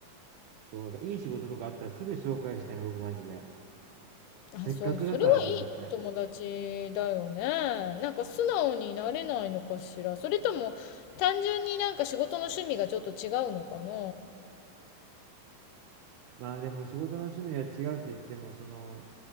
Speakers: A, on the right (about 80°); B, on the left (about 85°).
A: そう、だからいい仕事とかあったらすぐ紹介したいな、僕マジで。せっかくだからと思って。
B: あ、そう、それはいい友達だよね。なんか素直になれないのかしら。それとも単純になんか仕事の趣味がちょっと違うのかな。
A: まあでも仕事の趣味が違うって言っても、その、